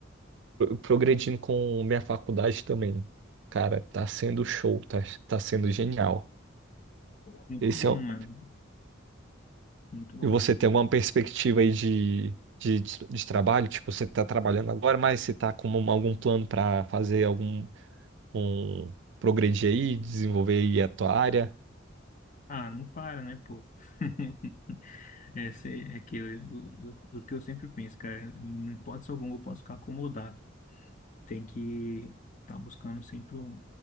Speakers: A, on the right; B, on the left.
A: progredindo com minha faculdade também. Cara, tá sendo show, tá, tá sendo genial.
B: Muito
A: Esse
B: bom,
A: é, o-
B: mano. Muito bom.
A: e você tem alguma perspectiva aí de, de, de trabalho? Tipo, você tá trabalhando agora, mas você tá com um- algum plano para fazer algum um, progredir aí, desenvolver aí a tua área?
B: Ah, não para, né, pô? <laughs> É, sei, é que eu, eu, eu- o que eu sempre penso, cara, em hipótese alguma eu posso ficar acomodado. Tem que estar tá buscando sempre um,